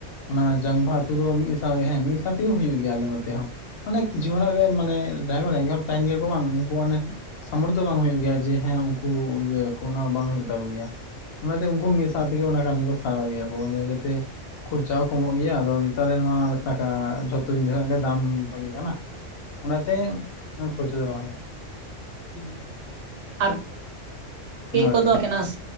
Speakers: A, on the left; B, on the right.
A: ᱚᱱᱟ ᱡᱟᱝ ᱵᱟᱦᱟ ᱟᱹᱛᱩ ᱫᱚ ᱢᱤᱜ ᱥᱟᱶ ᱜᱮ ᱦᱮᱸ ᱢᱤᱜ ᱥᱟᱶ ᱛᱮᱜᱮ ᱦᱩᱭᱩᱜ ᱜᱮᱭᱟ ᱟᱞᱮ ᱱᱚᱛᱮ ᱦᱚᱸ ᱾ ᱢᱟᱱᱮ ᱠᱤᱪᱷᱩ ᱦᱚᱲᱟᱜ ᱜᱮ ᱢᱟᱱᱮ ᱡᱟᱦᱟᱸᱭ ᱠᱚ ᱨᱮᱸᱜᱮᱜ ᱦᱚᱲ ᱛᱟᱦᱮᱱ ᱜᱮᱭᱟ ᱠᱚ ᱵᱟᱝ ᱩᱱᱠᱩ ᱢᱟᱱᱮ ᱥᱟᱢᱚᱨᱛᱷᱚ ᱵᱟᱝ ᱦᱩᱭᱩᱜ ᱜᱮᱭᱟ ᱡᱮ ᱦᱮᱸ ᱩᱱᱠᱩ ᱤᱭᱟᱹ ᱠᱚ ᱚᱱᱟ ᱵᱟᱝ ᱦᱩᱭᱩᱜ ᱛᱟᱠᱚ ᱜᱮᱭᱟ ᱾ ᱚᱱᱟ ᱛᱮ ᱩᱱᱠᱩ ᱢᱤᱜ ᱥᱟᱶᱛᱮ ᱛᱮᱜᱮ ᱚᱱᱟ ᱠᱟᱹᱢᱤ ᱠᱚ ᱥᱟᱨᱟᱣ ᱜᱮᱭᱟ ᱠᱚ ᱡᱟᱛᱮ ᱠᱷᱚᱨᱪᱟ ᱦᱚᱸ ᱠᱚᱢᱚᱜ ᱜᱮᱭᱟ ᱟᱫᱚ ᱱᱮᱛᱟᱨ ᱨᱮᱱ ᱱᱚᱣᱟ ᱴᱟᱠᱟ ᱡᱷᱚᱛᱚ ᱡᱤᱱᱤᱥ ᱨᱮᱱᱟᱜ ᱜᱮ ᱫᱟᱢ ᱦᱳᱭ ᱠᱟᱱᱟ ᱾ ᱚᱱᱟ ᱛᱮ ᱩᱱ ᱠᱷᱚᱨᱪᱟ ᱫᱚ ᱵᱟᱝ ᱦᱳᱭᱳᱜ ᱟ ᱾
B: ᱦᱩᱸ ᱟᱨ ᱠᱮ
A: ᱦᱳᱭ
B: ᱠᱚᱫᱚ <unintelligible>